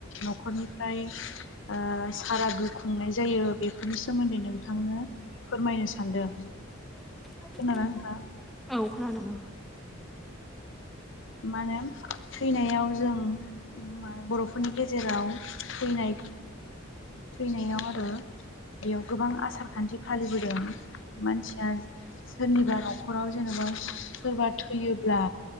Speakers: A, on the left (about 60°); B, in the centre.
A: न'खरनिफ्राय ओ सारादु खुंनाय जायो बेफोरनि सोमोन्दै नोंथांनो फोरमायनो सानदों।
B: <inaudible> <unintelligible>
A: खोनादोंना नोंथां
B: औ खोनादों नोंथां।
A: मा होनो थैनायाव जों मा बर'फोरनि गेजेराव थैनाय थैनायाव आरो बेयाव गोबां आसार खान्थि फालिबोदों मानसिया सोरनिबा न'खराव जेनेबा सोरबा थैयोब्ला